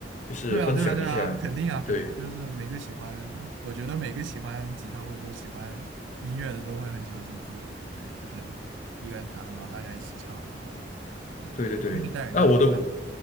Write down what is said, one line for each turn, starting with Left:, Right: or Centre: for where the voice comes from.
Left: 就是分享一下，
Right: 对啊，对啊，对啊，肯定啊，肯定啊就是每个喜欢，
Left: 对。
Right: 我觉得每个喜欢吉他或者说喜欢音乐的都会很喜欢这种氛围，对，就是一个人弹，然后大家一起唱，然后，对，
Left: 对对对，
Right: 音乐带给大家快乐，
Left: 那我的